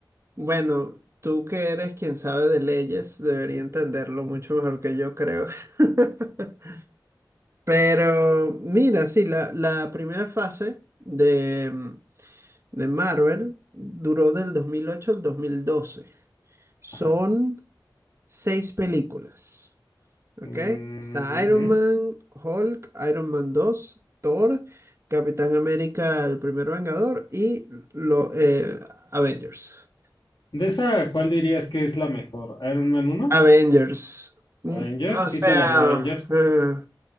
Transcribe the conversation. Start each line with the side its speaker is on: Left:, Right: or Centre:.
Right: Bueno, tú que eres quien sabe de leyes, debería entenderlo mucho mejor que yo creo. <laughs> Pero mira, sí, la, la primera fase de, mm, de Marvel duró del 2008 al dos mil doce Son
Left: Ajá.
Right: seis películas. Ok,
Left: Mm,
Right: está
Left: ujú.
Right: Iron Man, Hulk, Iron Man 2, Thor, Capitán América, el primer Vengador y lo, eh, Avengers.
Left: De esa, ¿cuál dirías que es la mejor? ¿Iron Man uno?
Right: Avengers. Mm,
Left: ¿Avengers?
Right: O
Left: Sí
Right: sea,
Left: te ganó Avengers.
Right: eh,